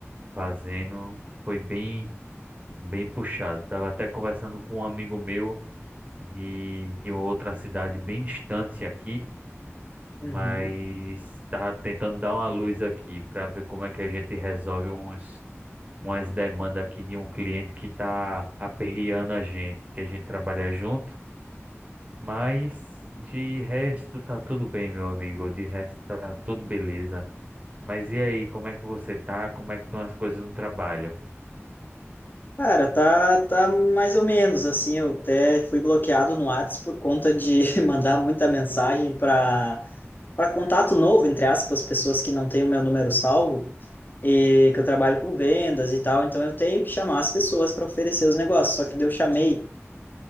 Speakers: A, on the right; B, on the left.
A: fazendo. Foi bem, bem puxado. Tava até conversando com um amigo meu de, de uma outra cidade bem distante aqui,
B: Uhum.
A: mas tava tentando dar uma luz aqui para ver como é que a gente resolve uns. umas demandas aqui de um cliente que está aperreando a gente, que a gente trabalha junto, mas de resto tá tudo bem, meu amigo, de resto tá tudo beleza. Mas e aí, como é que você tá? Como é que estão as coisas no trabalho?
B: Cara, tá, tá mais ou menos assim. Eu até fui bloqueado no Whats por conta de <laughs> mandar muita mensagem para para contato novo, entre aspas, pessoas que não têm o meu número salvo e que eu trabalho com vendas e tal. Então eu tenho que chamar as pessoas para oferecer os negócios. Só que daí eu chamei